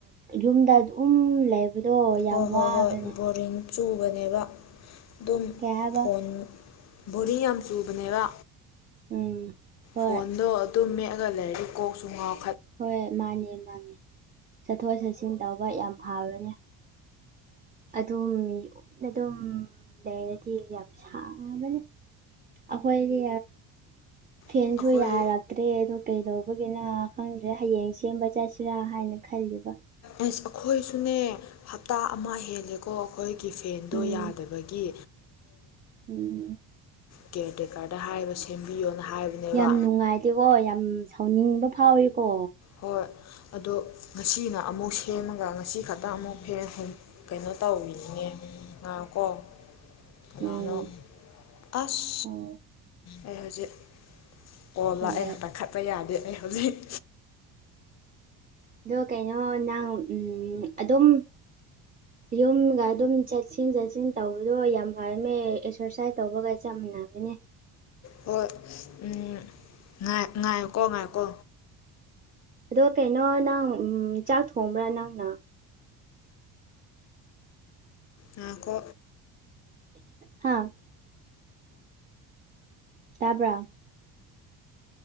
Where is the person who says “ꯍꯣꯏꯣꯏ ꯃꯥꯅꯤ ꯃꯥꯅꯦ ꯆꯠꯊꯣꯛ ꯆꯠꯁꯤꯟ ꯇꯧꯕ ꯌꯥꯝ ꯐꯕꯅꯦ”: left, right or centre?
Right